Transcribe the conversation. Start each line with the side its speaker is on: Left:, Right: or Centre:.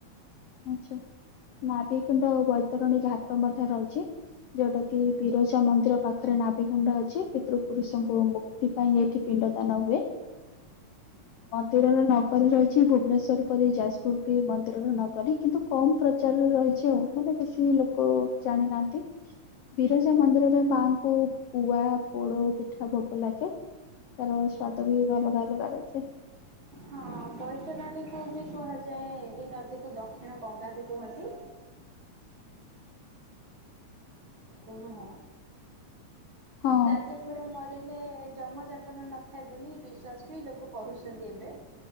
Left: ଆଛା। ନାଭିିକୁଣ୍ଡ ବୈତରଣୀ ଘାଟ ମଧ୍ୟ ରହିଛି ଯୋଉଟା କି ବିରଜା ମନ୍ଦିର ପାଖ ପାଖରେ ନାଭି କୁଣ୍ଡ ଅଛି ପିତୃ ପୁରୁଷଙ୍କୁ ମୁକ୍ତି ପାଇଁ ଏଇଠି ପିଣ୍ଡ ଦାନ ହୁଏ। ମନ୍ଦିରର ନଗରୀ ରହିଛି ଭୁବନେଶ୍ଵର ପରି ଯାଜପୁର ବି ମନ୍ଦିରର ନଗରୀ। କିନ୍ତୁ କମ ପ୍ରଚାରରେ ରହିଛି ଆଉ ମାନେ ବେଶୀ ଲୋକ ଜାଣି ନାହାନ୍ତି। ବିରଜା ମନ୍ଦିରରେ ମାଆଙ୍କୁ ପୁଆ ପୋଡ ପିଠା ଭୋଗ ଲାଗେ। ତାର ସ୍ଵାଦ ବି ଅଲଗା ଅଲଗା ରହିଥାଏ।
Right: ହଁଅଁ ବୈତରଣୀକୁ ବି କୁହାଯାଏ ଏ ନଦୀକୁ ଦକ୍ଷିଣ ଗଙ୍ଗା ବି କୁହନ୍ତି। କୁ ହଁ
Left: ହଁ
Right: ଯାଜପୁର ମରି? ହେଲେ ଯମ ଯାତନ ନଥାଏ ବୋଲି ବିଶ୍ୱାସ ବି ଲୋକ କରୁଛନ୍ତି ଏବେ।